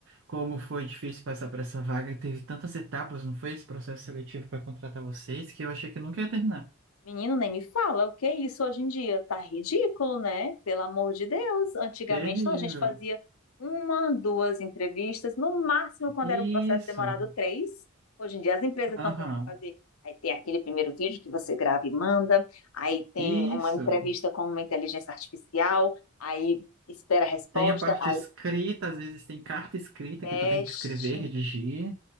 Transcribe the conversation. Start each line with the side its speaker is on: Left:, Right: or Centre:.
Right: como foi difícil passar pra essa vaga, teve tantas etapas, não foi esse processo seletivo pra contratar vocês, que eu achei que nunca ia terminar.
Left: Menino, nem me fala, o que é isso hoje em dia? Tá ridículo, né? Pelo amor de Deus. Antigamente,
Right: Terrível.
Left: não, a gente fazia uma, duas entrevistas, no máximo, quando
Right: Isso.
Left: era um processo demorado, três. Hoje em dia, as empresas estão
Right: Aham.
Left: querendo fazer. Aí tem aquele primeiro vídeo que você grava e manda, aí tem
Right: Isso.
Left: uma entrevista com uma inteligência artificial, aí espera a resposta,
Right: Tem a parte
Left: aí
Right: escrita, às vezes tem carta escrita
Left: teste.
Right: que tu tem que escrever, redigir.